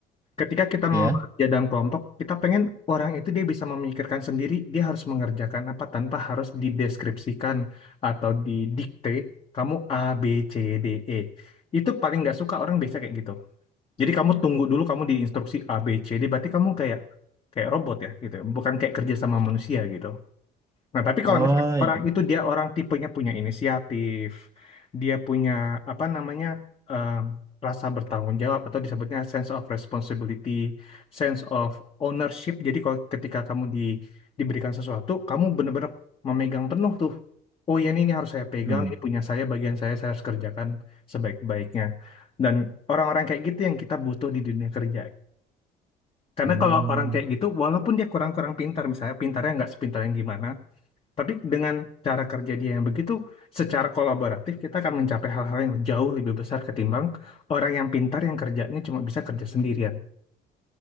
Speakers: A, on the left (about 35°); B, on the right (about 15°).
A: Ketika kita
B: ya.
A: bekerja dalam kelompok, kita pengen orang itu dia bisa memikirkan sendiri, dia harus mengerjakan apa tanpa harus dideskripsikan atau didikte, kamu A, B, C, D, E. Itu paling nggak suka orang biasa kayak gitu. Jadi kamu tunggu dulu kamu diinstruksi A, B, C, D, berarti kamu kayak kayak robot ya gitu, ya. bukan kayak kerja sama manusia gitu. Nah, tapi kalau
B: Oh
A: misalnya
B: iya.
A: orang itu dia orang tipenya punya inisiatif, dia punya apa namanya em, rasa bertanggung jawab atau disebutnya sense of responsibility, sense of ownership. Jadi kalau ketika kamu di, diberikan sesuatu, kamu benar-benar memegang penuh tuh. Oh ya ini, ini harus saya pegang,
B: Hmm.
A: ini punya saya, bagian saya, saya harus kerjakan sebaik-baiknya. Dan orang-orang kayak gitu yang kita butuh di dunia kerja. Karena
B: Hmm.
A: kalau orang kayak gitu, walaupun dia kurang-kurang pintar, misalnya pintarnya nggak sepintar yang gimana, tapi dengan cara kerja dia yang begitu, secara kolaboratif kita akan mencapai hal-hal yang jauh lebih besar ketimbang orang yang pintar yang kerjanya cuma bisa kerja sendirian.